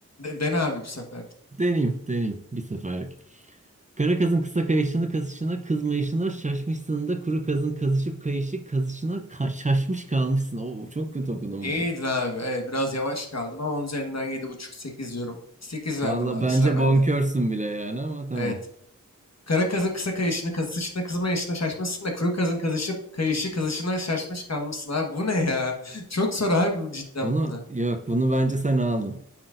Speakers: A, on the left; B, on the right.
A: dene abi bu sefer.
B: Deneyeyim deneyeyim bir seferlik. Kara kazın kısa kayışını kasışına kızmayışına şaşmışsın da kuru kazın kazışıp kayışı kazışına ka- şaşmış kalmışsın. Oo çok kötü okudum
A: İyiydin
B: bunu.
A: abi. Evet biraz yavaş kaldın ama 10 üzerinden yedi buçuk sekiz diyorum. sekiz verdim
B: Valla
A: abi
B: bence
A: sıra bende.
B: bonkörsün bile yani ama tamam.
A: Evet. Kara kazın kısa kayışını kazışına kızma yaşına şaşmışsın da kuru kazın kazışıp kayışı kazışına şaşmış kalmışsın abi. Bu ne ya? Çok zor abi bu cidden
B: Bunu
A: bunlar.
B: yok bunu bence sen aldın.